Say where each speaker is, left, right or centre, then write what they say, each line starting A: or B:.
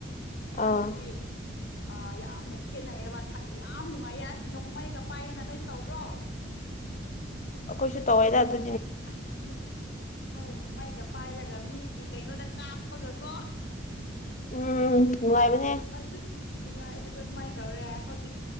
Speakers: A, on the left; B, on the left.
A: ꯑꯥ
B: ꯊꯥꯏꯅꯗꯤ ꯑ ꯌꯥꯝꯅ ꯈꯦꯠꯅꯩꯌꯦꯕ ꯊꯥꯏ ꯌꯥꯝ ꯅꯨꯡꯉꯥꯏꯌꯦ ꯑꯁ ꯅꯣꯡꯃꯩꯒ ꯄꯥꯏꯗꯅ ꯅꯣꯏꯁꯨ ꯇꯧꯕ꯭ꯔꯣ
A: ꯀꯣꯏꯁꯨ ꯇꯋꯥꯏꯗ ꯑꯗꯨ
B: ꯑꯁ ꯅꯣꯡ ꯍꯣꯏ ꯅꯣꯡꯃꯥꯏ ꯀꯞ ꯄꯥꯏꯔꯒ ꯃꯤꯒꯤ ꯀꯩꯅꯣꯗ ꯀꯥꯞꯄꯒꯀꯣ
A: ꯎꯝ ꯅꯨꯡꯉꯥꯏꯕꯅꯦ
B: ꯑꯗꯨ ꯅꯨꯡꯉꯥꯏꯕꯗꯣ ꯑꯗꯨꯃꯥꯏꯅ ꯇꯧꯔꯦ ꯍꯧꯖꯤꯛ